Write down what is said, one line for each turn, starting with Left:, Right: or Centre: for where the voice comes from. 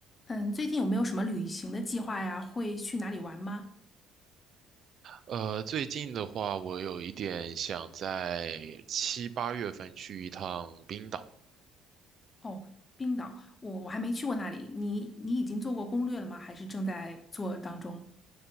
Left: 嗯，最近有没有什么旅行的计划呀？会去哪里玩吗？
Right: 呃，最近的话，我有一点想在七八月份去一趟冰岛，
Left: 哦，冰岛，我我还没去过那里。你你已经做过攻略了吗？还是正在做当中？